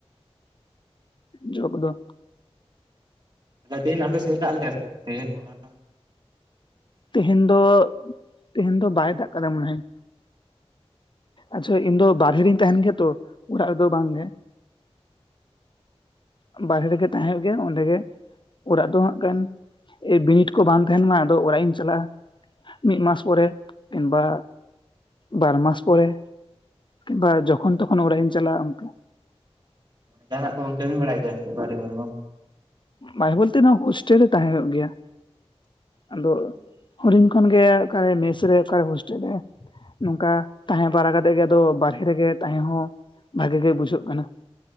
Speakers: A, on the left; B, on the right.
A: ᱡᱚᱸᱠ ᱫᱚ ᱾
B: ᱛᱮᱦᱮᱱ ᱟᱯᱮ ᱥᱮᱫ ᱮ ᱫᱟᱜ ᱞᱮᱫᱟ ᱥᱮ ᱵᱟᱝ ᱛᱮᱦᱮᱱ ᱦᱚᱞᱟ?
A: ᱛᱮᱦᱮᱧ ᱫᱚ ᱛᱮᱦᱮᱧ ᱫᱚ ᱵᱟᱭ ᱫᱟᱜ ᱠᱟᱫᱟ ᱢᱚᱱᱮ ᱦᱚᱭ ᱾ ᱟᱪᱪᱷᱟ ᱤᱧ ᱫᱚ ᱵᱟᱨᱦᱮ ᱨᱤᱧ ᱛᱟᱦᱮᱱ ᱜᱮᱭᱟ ᱛᱚ ᱚᱲᱟᱜ ᱨᱮᱫᱚ ᱵᱟᱝ᱾ ᱵᱟᱦᱨᱮ ᱨᱮᱜᱮ ᱛᱟᱦᱮᱸ ᱦᱩᱭᱩᱜ ᱜᱮᱭᱟ ᱚᱸᱰᱮ ᱜᱮ ᱚᱲᱟᱜ ᱫᱚ ᱦᱟᱜ ᱠᱟᱱ, ᱵᱤᱱᱤᱰ ᱠᱚ ᱵᱟᱝ ᱛᱟᱦᱮᱱ ᱢᱟ ᱟᱫᱚ ᱚᱲᱟᱜ ᱤᱧ ᱪᱟᱞᱟᱜᱼᱟ᱾ ᱢᱤᱫ ᱢᱟᱥ ᱯᱚᱨᱮ ᱠᱤᱝᱵᱟ ᱵᱟᱨ ᱢᱟᱥ ᱯᱚᱨᱮ, ᱵᱟ ᱡᱚᱠᱷᱚᱱ ᱛᱚᱠᱷᱚᱱ ᱚᱲᱟᱜ ᱤᱧ ᱪᱟᱞᱟᱜᱼᱟ, ᱚᱱᱠᱟ
B: ᱡᱟᱦᱟᱱᱟᱜ ᱠᱚᱢ ᱠᱟᱹᱢᱤ ᱵᱟᱲᱟᱭ ᱜᱮᱭᱟ ᱟᱨ ᱵᱟᱨᱦᱮ ᱠᱚᱨᱮᱫ ᱫᱚ᱾
A: ᱵᱟᱭᱨᱮ ᱵᱚᱞᱛᱮ ᱱᱚᱣᱟ ᱦᱳᱥᱴᱮᱞ ᱨᱮ ᱛᱟᱦᱮᱸ ᱦᱩᱭᱩᱜ ᱜᱮᱭᱟ᱾ ᱟᱫᱚ
B: <inaudible>
A: ᱦᱩᱰᱤᱧ ᱠᱷᱚᱱ ᱜᱮ ᱚᱠᱟᱨᱮ ᱢᱮᱥ ᱨᱮ ᱚᱠᱟᱨᱮ ᱦᱳᱥᱴᱮᱞ ᱨᱮ ᱱᱚᱝᱠᱟ ᱛᱟᱦᱮᱸ ᱵᱟᱲᱟ ᱠᱟᱛᱮᱜ ᱜᱮ ᱟᱫᱚ ᱵᱟᱨᱦᱮ ᱨᱮᱜᱮ ᱛᱟᱦᱮᱸ ᱦᱚᱸ ᱵᱷᱟᱜᱮ ᱜᱮ ᱵᱩᱡᱷᱟᱹᱜ ᱠᱟᱱᱟ